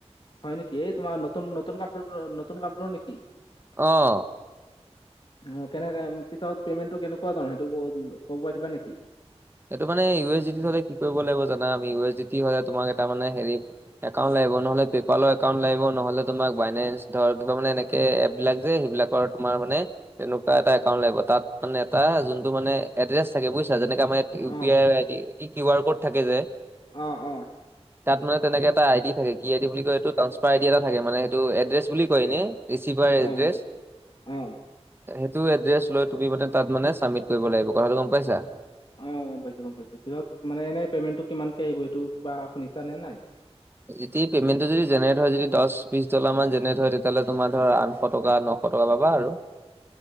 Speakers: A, on the left (about 45°); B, on the right (about 20°).
A: হয় নেকি এই তোমাৰ নতুন- নতুন কাপোৰ নতুন কাপোৰৰ নেকি?
B: অ
A: অ কেনেকা পিতত পেমেণ্টটো কেনেকুৱা ধৰ সেইটো ক'ব পা দিবা নেকি?
B: এইটো মানে ইউ এছ ডি টিত হলে কি কৰিব লাগিব জানা আমি ইউ এছ ডি টি হলে তোমাক এটা মানে হেৰি একাউণ্ট লাগিব নহ'লে পেপালৰ একাউণ্ট লাগিব নহ'লে তোমাক বাইনেন্ঞ্চ ধৰ কিবা মান এনে কে এপবিলাক যে সেইবিলাকৰ তোমাৰ মানে তেনেকুৱা এটা একাউণ্ট লাগিব তাত মানে এটা যোনটো মানে এড্ৰেছ থাকে বুইছা যেনেকা <unintelligible> ইউ
A: অ
B: পি আইৰ আই ডি কিওয়াৰ ক'ড থাকে যে৷
A: অ'-অ',
B: <inaudible> তাত মানে তেনেকে এটা আই ড থে কি আই ডি বুলি কয় এইটো ট্ৰাঞ্চফাৰ আই ডি এটা থাকে মানে সিটো এড্ৰেছ বুলি কয় এনে ৰিছিভাৰ এড্ৰেছ।
A: অ অ
B: সেইটো এড্ৰেছ লৈ তুমি মানে তাত মানে চাবমিট কৰিব লাগিব কথাটো গম পাইছা৷
A: অ গম পাইছো গম পাইছো কিহত মানে এনেই পেমেণ্টটো কিমানকে আহিব এইটো কিবা শুনিছা নে নাই?
B: য পেমেণ্টটো যদি জেনেৰেট হয় যদি দচ বিশ ডলাৰ মান জেনেৰেট হয় তেতিয়াহ'লে তোমাৰ ধ আঠশ টকা নশ শ টকা পাবা আৰু৷